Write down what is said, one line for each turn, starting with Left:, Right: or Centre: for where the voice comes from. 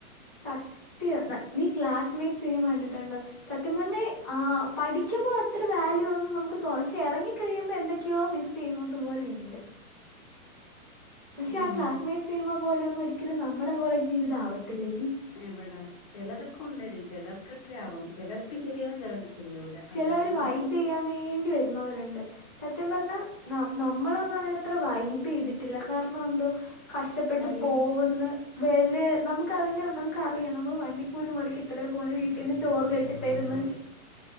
Right: സത്യം നീ ക്ലാസ്മേറ്റ് സിനിമ കണ്ടിട്ടുണ്ടോ സത്യം പറഞ്ഞെ ആ പഠിക്കുമ്പോ അത്ര വാല്യുന്ന് നമുക്ക് തോ പക്ഷെ ഇറങ്ങി കഴിയുമ്പോ എന്തൊക്കെയോ മിസ് ത്ത്ചെയ്യുന്നത് പോലെയിണ്ട് പക്ഷെ
Left: ഉം
Right: ആ ക്ലാസ്മേറ്റ് സിനിമ പോലെയൊന്നും ഒരിക്കലും നമ്മുടെ കോളേജ് ജീവിതം ആവത്തില്ലേനി
Left: എവിടെ ചിലതൊക്കെ ഉണ്ടടി ചിലർക്കൊക്കെ ആവാം ചിലർക്ക് ശരിയാവാം ചിലർക്ക് ശരിയാവൂല
Right: ചിലോര്
Left: അതാണ്
Right: വൈബ് ചെയ്യാൻ വേണ്ടി വരുന്നവരുണ്ട് സത്യം പറഞ്ഞ ന നമ്മളൊന്നും അങ്ങനെ അത്ര വൈബ് ചെയ്തിട്ടില്ല കാരണം എന്തോ കഷ്ടപ്പെട്ട്
Left: ടൈം
Right: പോവുന്ന് വേലെ നമുക്ക് അതിന്റെ നമുക്ക് അറിയാം നമ്മള് വണ്ടിക്കൂലി മുടക്കി ഇത്രേ പോണ് വീട്ടീന്ന് ചോറ് കെട്ടി തരുന്ന്